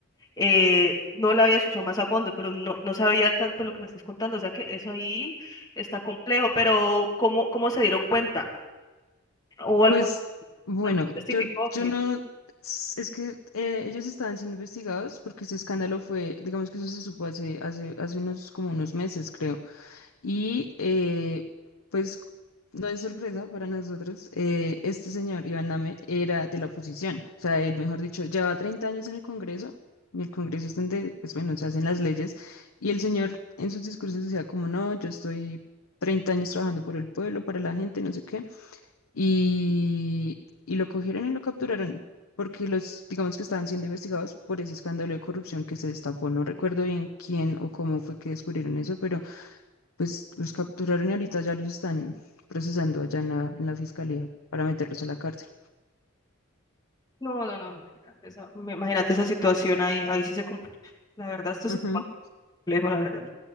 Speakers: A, on the left (about 20°); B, on the left (about 80°).
A: eh, no la había escuchado más a fondo, pero no, no sabía tanto lo que me estás contando. O sea que eso ahí está complejo, pero ¿cómo, cómo se dieron cuenta? ¿O algún,
B: Pues, bueno,
A: alguien testificó
B: yo,
A: que...
B: yo no, es que eh, ellos estaban siendo investigados porque ese escándalo fue, digamos que eso se supo hace, hace, hace unos, como unos meses, creo. Y eh, pues no es sorpresa para nosotros, eh, este señor Iván Name era de la oposición, o sea, él, mejor dicho, lleva 30 años en el Congreso, y el Congreso es donde, pues bueno, se hacen las leyes, y el señor en sus discursos decía como, no, yo estoy 30 años trabajando por el pueblo, para la gente, no sé qué, y, y lo cogieron y lo capturaron. porque los, digamos que estaban siendo investigados por ese escándalo de corrupción que se destapó. No recuerdo bien quién o cómo fue que descubrieron eso, pero pues los capturaron y ahorita ya los están procesando allá en la, en la fiscalía para meterlos a la cárcel.
A: No, no, no, imagínate esa, me- imagínate esa situación ahí, ahí sí se complica. La verdad, esto se
B: Ujú.
A: pone complejo, la verdad.